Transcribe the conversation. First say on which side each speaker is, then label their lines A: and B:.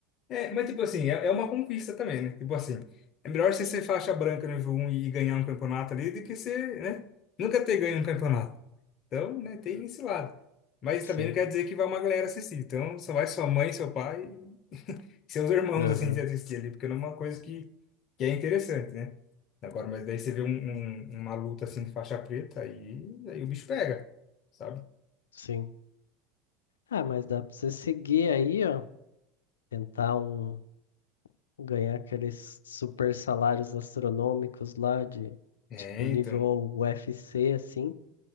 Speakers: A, on the left (about 45°); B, on the left (about 85°).
A: É, mas tipo assim, é, é uma conquista também, né? Tipo assim, é melhor você ser faixa branca nível um e, e ganhar um campeonato ali do que você, né? Nunca ter ganho um campeonato. Então, né, tem esse lado. Mas
B: Sim,
A: também não quer dizer que vai uma galera assistir. Então, só vai sua mãe, seu pai e seus irmãos,
B: aham,
A: assim, te assistir ali, porque não é uma coisa que, que é interessante, né? Agora, mas daí você vê um, um- uma luta, assim, de faixa preta, aí, aí o bicho pega, sabe?
B: sim. Ah, mas dá pra você seguir aí, ó. Tentar um, ganhar aqueles super salários astronômicos lá de,
A: É,
B: tipo, nível
A: então.
B: UFC, assim.